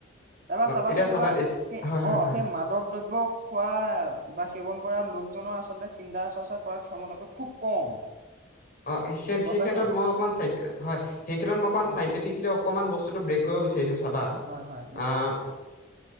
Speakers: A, on the right; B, on the left.
A: তাৰপা
B: অ
A: চাবাচোন
B: এতিয়া চাবা
A: তোমাৰ সেই
B: হয় হয়
A: অ
B: হয়
A: সেই মাদক দ্ৰব্য খোৱা বা সেৱন কৰা লোকজনৰ আচলতে আচলতে চিন্তা চৰ্চা কৰাৰ ক্ষমতাটো খুব কম
B: অ
A: গম
B: সেই
A: পাইছা
B: ক্ষেত্ৰত
A: নাই
B: মই অকমান হয় সেই ক্ষেত্ৰত মই অকণমান
A: হয়
B: চাইণ্টিফিকি অকমান বস্তু ব্ৰে কৰিবাৰ সেইন চাবা
A: হয় হয় নিশ্চয়
B: আহ
A: নিশ্চয়